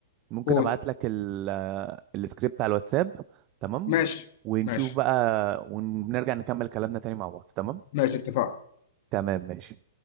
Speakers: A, on the right (about 35°); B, on the left (about 50°).
A: ممكن
B: قول
A: ابعت لك ال السكريبت على الواتساب تمام
B: ماشي
A: ونشوف
B: ماشي
A: بقى ونرجع نكمل كلامنا تاني مع بعض تمام
B: ماشي اتفقنا
A: تمام ماشي